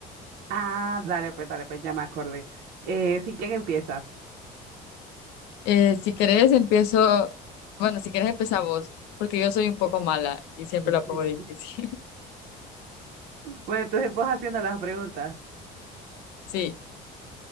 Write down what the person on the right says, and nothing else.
ah, dale pues, dale pues, ya me acordé. Eh, sí, ¿quién empieza?
<laughs>
Bueno, entonces vos haciendo las preguntas.